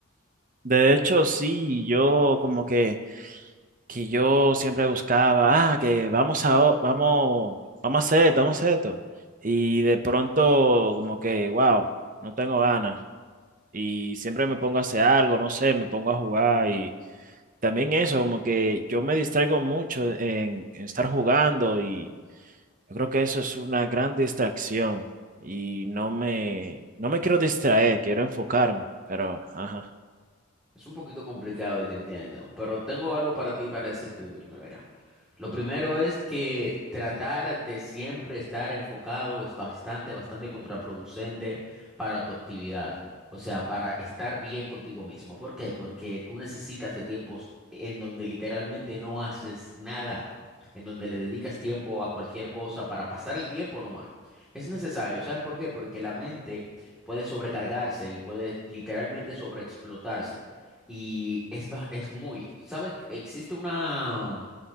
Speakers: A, on the right; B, in the centre.
A: De hecho, sí, yo como que, que yo siempre buscaba, ah, que vamos a, o- vamos, vamos a hacer esto, vamos a hacer esto. Y de pronto como que, wow, no tengo ganas. Y siempre me pongo a hacer algo, no sé, me pongo a jugar y también eso, como que yo me distraigo mucho en, en estar jugando y Yo creo que eso es una gran distracción y no me, no me quiero distraer, quiero enfocarme, pero, ajá.
B: Es un poquito complicado y te entiendo, pero tengo algo para ti para decirte, Wilmer, mira. Lo primero es que tratar de siempre estar enfocado es bastante, bastante contraproducente para tu actividad. O sea, para estar bien contigo mismo. ¿Por qué? Porque tú necesitas de tiempos en donde literalmente no haces nada, en donde le dedicas tiempo a cualquier cosa para pasar el tiempo nomás. Es necesario, ¿sabes por qué? Porque la mente puede sobrecargarse y puede literalmente sobreexplotarse. Y es, ba- es muy, ¿sabes? Existe una